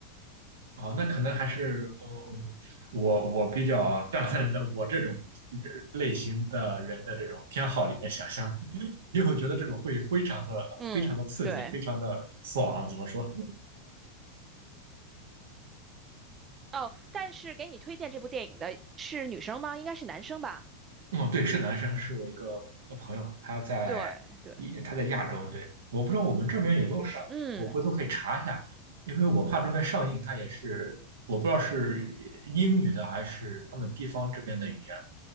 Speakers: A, on the right; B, on the right.
A: 啊，那可能还是呃，嗯我我比较站在那我这种类型的人的这种偏好里面想象，<laughs> 因为我觉得这种会非常的非常的刺激，
B: 嗯，对。
A: 非常的爽，怎么说？
B: 哦，但是给你推荐这部电影的是女生吗？应该是男生吧？
A: 嗯，对，是男生，是我一个呃朋友，他在一他在亚洲，
B: 对对，
A: 对，我不知道我们这边有没有上映，
B: 嗯，
A: 我回头可以查一下，因为我怕这边上映，它也是我不知道是英语的还是他们地方这边的语言。